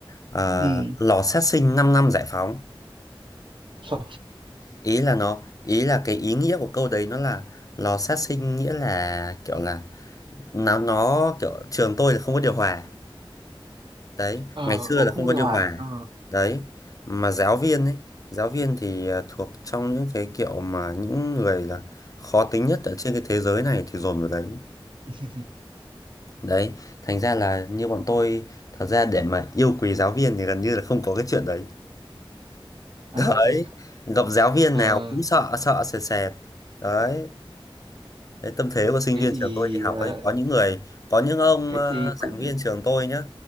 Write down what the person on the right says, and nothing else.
ừ.
Sợ
ờ
ông
không
điều
hòa
ờ
<laughs>
à
thế à?
ờ
thế
thì
ờ,
thế
thì cũng